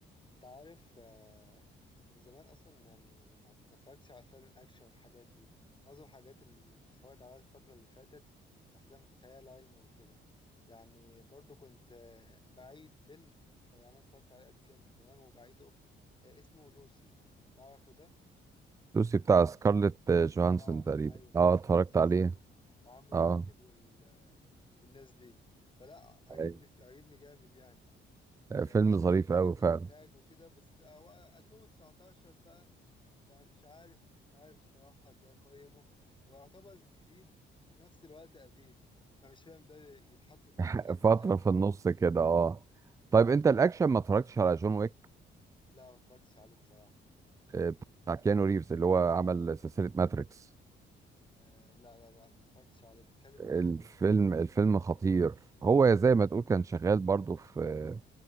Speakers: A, on the left (about 25°); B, on the right (about 15°).
A: انت عارف آه، من زمان اصلا يعني ما ما اتفرجتش على افلام الاكشن والحاجات دي معظم الحاجات اللي بتفرج عليها الفتره اللي فاتت افلام خيال علمي وكده يعني برضو كنت آه، بعيد فيلم آه، يعني انا اتفرجت عليه قبل كده من زمان وبعيده آه، اسمه لوسي تعرفه ده
B: لوسي بتاع سكارليت آه، جوهانسون
A: اه
B: تقريبا
A: ايوه بتاع
B: اه
A: سكارلت
B: اتفرجت
A: جينسون
B: عليه
A: وعمرو
B: اه
A: واكد وال... آه، والناس دي فلا عجبني
B: أيوة.
A: عجبني جامد يعني وفكرة
B: آه، فيلم ظريف قوي فعلا
A: الإنتاج وكده بس هو 2019 بقى فمش عارف مش عارف بصراحة إزاي أقيمه هو يعتبر جديد وفي نفس الوقت قديم فمش فاهم ده يتحط تحت
B: <laughs>
A: أنهي
B: فترة
A: خانة
B: في النص كده اه طيب انت الاكشن ما اتفرجتش على جون ويك
A: لا ما اتفرجتش عليه بصراحة
B: آه، بتاع كيانو ريفز اللي هو عمل سلسلة ماتريكس
A: آه لا لا لا ما اتفرجتش عليه بيتكلم
B: الفيلم
A: عن إيه طيب
B: الفيلم خطير هو زي ما تقول كان شغال برضو في